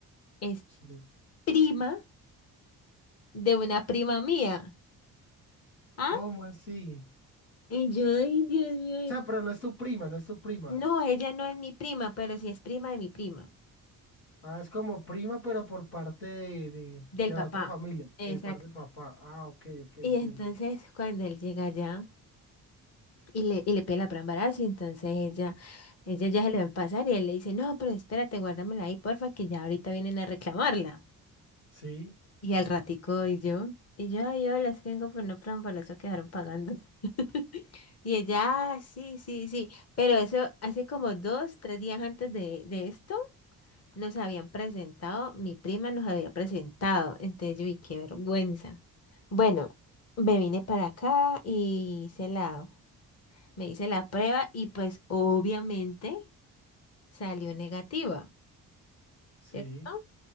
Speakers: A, on the left; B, on the left.
A: es
B: Sí.
A: prima de una prima mía. ¿Ah?
B: ¿Cómo así?
A: Y yo, ay, Dios mío. en-
B: O sea, pero no es tu prima, no es tu prima.
A: No, ella no es mi prima, pero sí es prima de mi prima,
B: Ah, es como prima, pero por parte de, de,
A: del
B: de
A: papá.
B: la otra familia,
A: Exacto.
B: el par del papá. Ah, ok, ok, entiendo.
A: Y entonces cuando él llega allá y le, y le pide la prueba de embarazo, y entonces ella, ella ya se le va a pasar y él le dice, no, pero espérate, guárdamela ahí, porfa, que ya ahorita vienen a reclamarla.
B: Sí,
A: Y al ratico, y yo, y yo, yo las vengo por no plan, por eso quedaron pagando. <laughs> Y ella, "Ah, sí, sí, sí, pero eso hace como dos, tres días antes de, de esto, nos habían presentado, mi prima nos había presentado, entonces yo, y qué vergüenza. Bueno, me vine para acá y hice la, me hice la prueba y pues obviamente salió negativa,
B: sí,
A: ¿cierto?